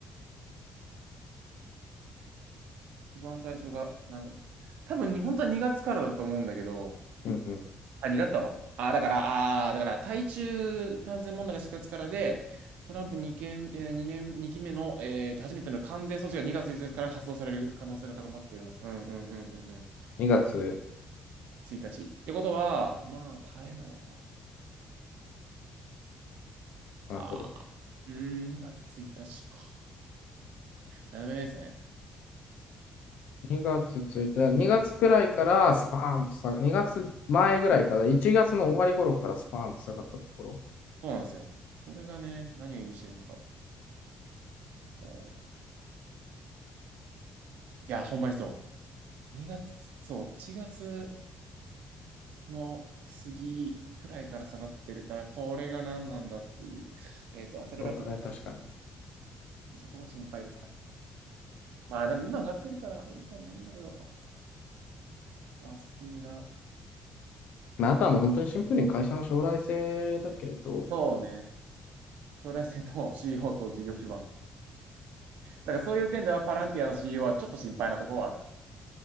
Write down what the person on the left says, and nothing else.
うんうん。
2月、
なるほど。
2月いた2月くらいからスパーンと下が、2月前ぐらいから、1月の終わり頃からスパーンと下がったところ。
そうだね、確かに。
まあ、あとはもう本当にシンプルに会社の将来性だけど、